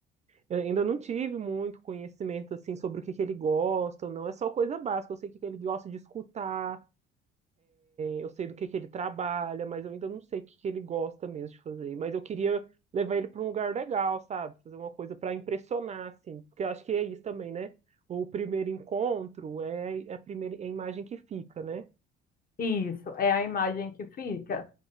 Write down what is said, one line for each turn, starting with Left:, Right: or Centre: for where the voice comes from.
Right: eu ainda não tive muito conhecimento, assim, sobre o que que ele gosta ou não. É só coisa básica. Eu sei o que que ele gosta de escutar, Eu sei do que que ele trabalha, mas eu ainda não sei o que que ele gosta mesmo de fazer. Mas eu queria levar ele para um lugar legal, sabe? Fazer uma coisa para impressionar, assim. Porque eu acho que é isso também, né? O primeiro encontro é é a primeira é a imagem que fica, né?
Left: Isso, é a imagem que fica.